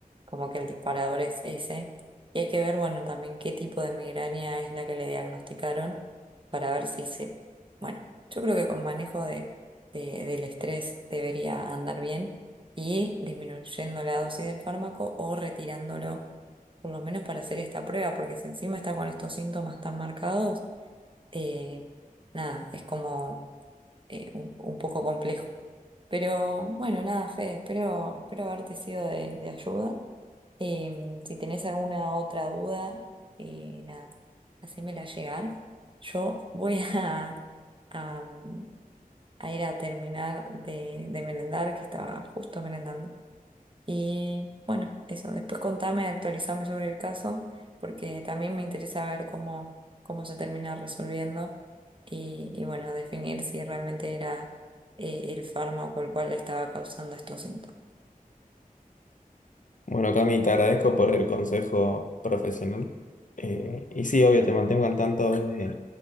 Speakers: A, on the right (about 35°); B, on the left (about 60°).
A: como que el disparador es ese. Y hay que ver, bueno, también qué tipo de migraña es la que le diagnosticaron para ver si se... Bueno, yo creo que con manejo de, de- del estrés debería andar bien y disminuyendo la dosis del fármaco o retirándolo, por lo menos para hacer esta prueba, porque si encima está con estos síntomas tan marcados, eh, nada, es como eh, un, un poco complejo. Pero bueno, nada, Fede, espero, espero haberte sido de, de ayuda. Em, si tenés alguna otra duda, eh, nada, hacémela llegar. Yo voy a, a, mm, a ir a terminar de, de merendar, que estaba justo merendando. Y bueno, eso, después contame, actualizame sobre el caso, porque también me interesa ver cómo, cómo se termina resolviendo y, y bueno, definir si realmente era eh, el fármaco el cual le estaba causando estos síntomas.
B: Bueno, Cami, te agradezco por el consejo profesional. Eh, y sí, obvio, te mantengo al tanto de,